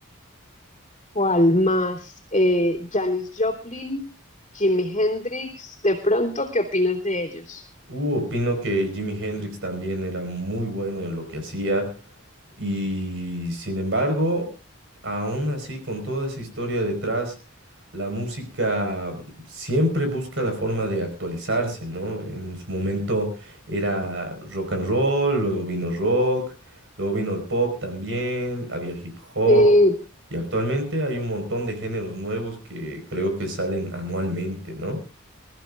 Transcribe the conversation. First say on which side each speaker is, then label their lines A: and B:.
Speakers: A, on the left; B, on the right.
A: ¿Cuál más? Eh, Janis Joplin, Jimi Hendrix, de pronto, ¿qué opinas de ellos?
B: Uh, opino que Jimi Hendrix también era muy bueno en lo que hacía. Y sin embargo, aún así, con toda esa historia detrás, la música siempre busca la forma de actualizarse, ¿no? En su momento era rock and roll, luego vino rock, luego vino el pop también, había hip hop,
A: Eh,
B: y actualmente hay un montón de géneros nuevos que creo que salen anualmente, ¿no?